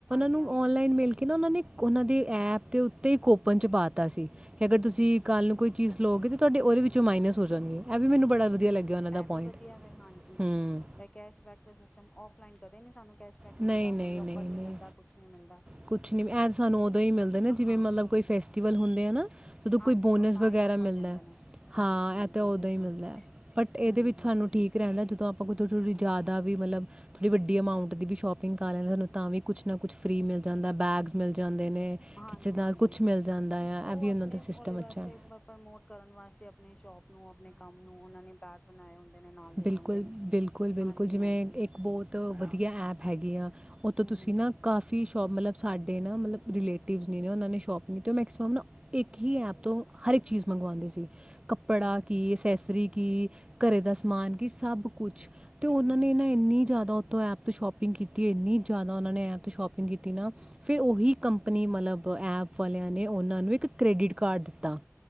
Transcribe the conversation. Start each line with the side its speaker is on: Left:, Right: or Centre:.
Right: ਨੂੰ
Left: ਜ ਹਾਂਜੀ,
Right: ਔਨਲਾਈਨ ਮਿਲ ਕੇ ਨਾ ਉਹਨਾਂ ਨੇ ਉਹਨਾਂ ਦੇ ਐਪ ਤੇ ਉੱਤੇ ਹੀ ਕੋਪਨ ਚ ਪਾਤਾ ਸੀ ਅਗਰ
Left: ਹਮ
Right: ਤੁਸੀਂ
Left: ਹਮ
Right: ਕੱਲ ਨੂੰ ਕੋਈ ਚੀਜ਼ ਲੋਗੇ ਤੇ ਤੁਹਾਡੇ ਉਹਦੇ ਵਿੱਚੋਂ ਮਾਈਨਸ ਹੋ ਜਾਣਗੇ ਇਹ ਵੀ ਮੈਨੂੰ ਬੜਾ ਵਧੀਆ ਲੱਗਿਆ ਉਹਨਾਂ ਦਾ
Left: ਇਹ
Right: ਪੁਆਇੰਟ
Left: ਵੀ ਵਧੀਆ ਵ ਹਾਂਜੀ
Right: ਹੂੰ,
Left: ਇਹ ਕੈਸ਼ਬੈਕ ਦਾ ਸਿਸਟਮ ਕਦੇ ਨੀ ਸਾਨੂੰ, ਕੈਸ਼ਬੈਕ ਮਿਲਦਾ
Right: ਨਹੀਂ-ਨਹੀਂ-ਨਹੀਂ-ਨਹੀਂ
Left: ਕੋਈ ਔਫਰ ਨੀ ਮਿਲਦਾ ਕੁਛ ਨੀ ਮਿਲਦਾ
Right: ਕੁਛ ਨੀ ਐ ਸਾਨੂੰ ਉਦੋਂ ਹੀ ਮਿਲਦੇ ਨਾ ਜਿਵੇਂ
Left: ਹਾਂ
Right: ਮਤਲਬ ਕੋਈ ਫੈਸ ਹੁੰਦੇ ਆ ਨਾ, ਜਦੋਂ
Left: ਹਾਂਜੀ
Right: ਕੋਈ ਬੋਨਸ
Left: ਉਹ ਤਾਂ
Right: ਵਗੈਰਾ
Left: ਹੀ ਔਫਰ
Right: ਮਿਲਦਾ
Left: ਦਿੰਦੇ ਨੇ
Right: ਹਾਂ
Left: ਹਾਂਜੀ ਹਾਂਜੀ
Right: ਇਹ ਤਾਂ ਉਦਾਂ
Left: ਬਿਲਕੁਲ
Right: ਹੀ ਮਿਲਦਾ ਬਟ ਇਹਦੇ
Left: ਹਮ
Right: ਵਿੱਚ
Left: ਹਮ
Right: ਸਾਨੂੰ ਠੀਕ ਰਹਿੰਦਾ ਜਦੋਂ ਆਪਾਂ ਕੋ ਥੋੜ ਥੋੜੀ ਜਿਆਦਾ ਵੀ ਮਲਬਥੋੜੀ ਵੱਡੀ ਅਮਾਊਂਟ ਦੀ, ਸ਼ੋਪਿੰਗ ਕਰ ਲੈਂਦੇ ਸਾਨੂੰ ਤਾਂ ਵੀ ਕੁਛ ਨਾ ਕੁਛ ਫ੍ਰਰੀ ਮਿਲ ਜਾਂਦਾ ਬੈਗਸ ਮਿਲ ਜਾਂਦੇ। ਨੇ
Left: ਹਾਂਜੀ-ਹਾਂਜੀ,
Right: ਕਿਸੇ ਨਾਲ ਕੁਝ ਮਿਲ ਜਾਂਦਾ ਆ
Left: ਉਹ
Right: ਇਹ ਵੀ
Left: ਆਪਣੇ
Right: ਉਹਨਾਂ ਦਾ
Left: ਉਹਦੇ
Right: ਸਿਸਟਮ
Left: ਵਾਸਤੇ
Right: ਅੱਛਾ ਹੈ
Left: ਪ੍ਰਮੋਟ ਕਰਨ ਵਾਸਤੇ ਆਪਣੀ ਸ਼ੋਪ ਨੂੰ ਆਪਣੇ ਕੰਮ ਨੂੰ ਉਹਨਾਂ ਨੇ ਬੈਗ ਬਣਾਏ। ਨੇ ਨਾਲ ਦੇ
Right: ਬਿਲਕੁਲ-ਬਿਲਕੁਲ-ਬਿਲਕੁਲ,
Left: ਦਿੰਦੇ ਨੇ ਹਾਂਜੀ
Right: ਜਿਵੇਂ
Left: ਹਾਂਜੀ
Right: ਇੱਕ ਬਹੁਤ ਵਧੀਆ ਐਪ ਹੈਗੀਆਂ। ਉਹਤੋਂ
Left: ਹੂੰ
Right: ਤੁਸੀਂ
Left: ਹੂੰ
Right: ਨਾ ਕਾਫੀ ਸ਼ੋਪ ਮਤਲਬ ਸਾਡੇ ਨਾ ਮਤਲਬ ਰਿਲੇਟਿਵਜ਼ ਨਹੀਂ ਨੇ ਉਹਨਾਂ ਨੇ ਸ਼ੋਪ ਨਹੀਂ ਅਤੇ ਉਹ ਮੈਕਸੀਮਮ ਨਾ ਇੱਕ ਹੀ ਐਪ ਤੋਂ ਹਰ ਇੱਕ ਚੀਜ਼ ਮੰਗਵਾਦੇ ਸੀ। ਕੱਪੜਾ
Left: ਹੂੰ ਹੂੰ
Right: ਕੀ ਅਸੈਸਰੀ, ਕਿ ਘਰੇ ਦਾ ਸਮਾਨ ਕਿ ਸਭ ਕੁਛ ਤੇ ਉਹਨਾਂ
Left: ਹੂੰ
Right: ਨੇ
Left: ਹੂੰ
Right: ਨਾ ਇੰਨੀ ਜ਼ਿਆਦਾ ਐਪ ਤੋਂ ਸ਼ੋਪਿੰਗ ਕੀਤੀ ਇਨੀ ਜਿਆਦਾ ਉਹ ਨੇ ਐਪ ਸ਼ੋਪਿੰਗ ਕੀਤੀ ਨਾ ਫਿਰ ਉਹੀ ਕੰਪਨੀ ਮਤਲਬ ਐਪ ਵਾਲਿਆਂ ਨੇ ਉਹ ਨੂੰ ਇੱਕ ਕ੍ਰੇਡਿਟ ਕਾਰਡ ਦਿੱਤਾ।